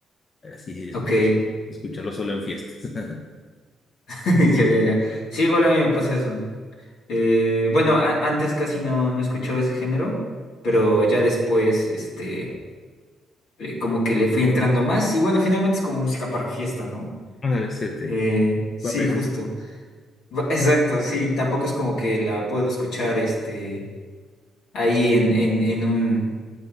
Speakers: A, on the left; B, on the left.
A: así escuchar,
B: Ok,
A: escucharlo solo en fiestas. <laughs>
B: <laughs> ya, ya, ya. Sí, igual a mí me pasa eso. Eh, bueno, a- antes casi no, no escuchaba ese género, pero ya después, este, eh, como que le fui entrando más. Y bueno, finalmente es como música para fiesta, ¿no?
A: Ándale, se te
B: Eh, sí,
A: va pegando.
B: justo.
A: <laughs>
B: Va- Exacto, sí, tampoco es como que la puedo escuchar este ahí en, en, en un,